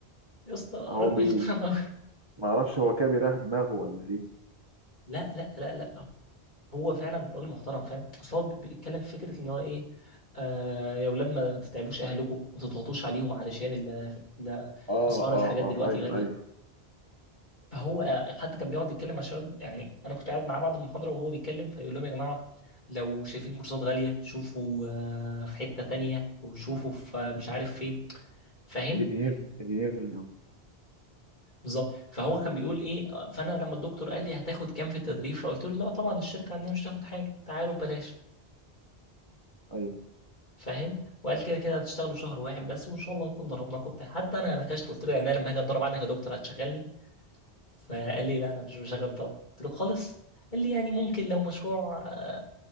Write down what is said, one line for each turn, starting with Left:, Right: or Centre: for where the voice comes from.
Left: يا اسطى راجل
Right: هو بي
Left: محترم قوي
Right: ما اعرفش هو كده بيريح دماغه ولا ايه
Left: لا لا لا لا هو فعلا راجل محترم فاهم اصل هو بيتكلم في فكره ان هو ايه آه يا اولاد ما تتعبوش اهلكم ما تضغطوش عليهم علشان ال- ال-
Right: اه
Left: اسعار الحاجات
Right: اه اه
Left: دلوقتي
Right: ايوه
Left: غاليه
Right: ايوه
Left: فهو آه، حتى كان بيقعد يتكلم مع الشباب يعني انا كنت قاعد معاه بعد المحاضره وهو بيتكلم فيقول لهم يا جماعه لو شايفين كورسات غاليه شوفوا آه في حته تانية وشوفوا في آه، مش عارف فين فاهم
Right: ادينير ادينير في اليوم
Left: بالظبط فهو كان بيقول ايه آه، فانا لما الدكتور قال لي هتاخد كام في التدريب فقلت له لا طبعا الشركه عندنا مش هتاخد حاجه تعالوا ببلاش
Right: ايوه
Left: فاهم وقال كده كده هتشتغلوا شهر واحد بس وان شاء الله نكون ضربناكم بتاع حتى انا نكشت قلت له يعني انا لما هاجي اتدرب عندك يا دكتور هتشغلني فقال لي لا انا مش بشغل طلبه قلت له خالص قال لي يعني ممكن لو مشروع آه،